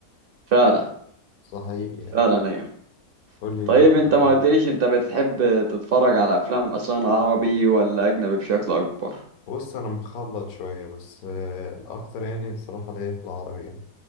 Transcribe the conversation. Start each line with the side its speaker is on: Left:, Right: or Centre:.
Right: فعلا
Left: صحيح يعني
Right: فعلا أيوه
Left: قول لي
Right: طيب
Left: هتقول
Right: أنت ما
Left: لي.
Right: قلتليش أنت بتحب تتفرج على أفلام أصلا عربي ولا أجنبي بشكل أكبر
Left: بص انا مخلط شويه بس آه، الاكتر يعني بصراحه اللي هي في العربي يعني